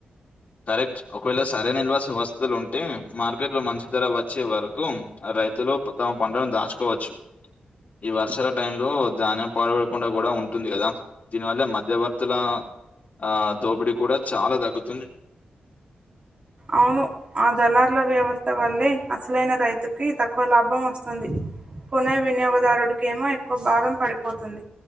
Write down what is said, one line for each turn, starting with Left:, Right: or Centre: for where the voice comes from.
Left: కరెక్ట్ ఒకవేళ సరైన ఇన్వాస్ వస్తులు ఉంటే మార్కెట్ లో మంచి ధర వచ్చి వరకు రైతులు తమ పంటలను దాచుకోవచ్చు ఈ వర్షాల టైంలో ధాన్యం పాడపడకుండా కూడా ఉంటుంది కదా దీని వల్ల మధ్యవర్తుల ఆ దోపిడీ కూడా చాలా తగ్గుతుంది
Right: అవును ఆ దళారుల వ్యవస్థ వల్లే అసలైన రైతుకి తక్ కో లాభం వస్తుంది కొనే వినియోగదారుడికేమో ఎక్కువ భారం పడిపోతుంది